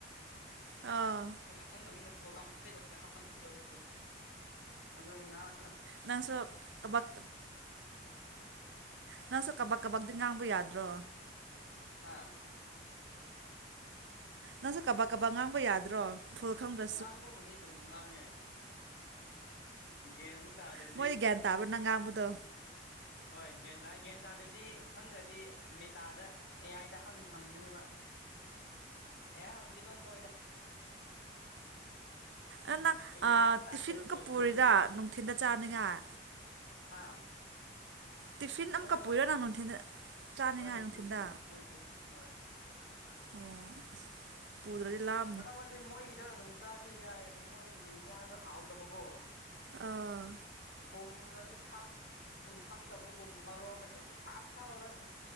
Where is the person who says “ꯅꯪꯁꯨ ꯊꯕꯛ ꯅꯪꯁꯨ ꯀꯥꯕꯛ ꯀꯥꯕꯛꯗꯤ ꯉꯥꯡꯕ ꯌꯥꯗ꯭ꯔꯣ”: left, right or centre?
Right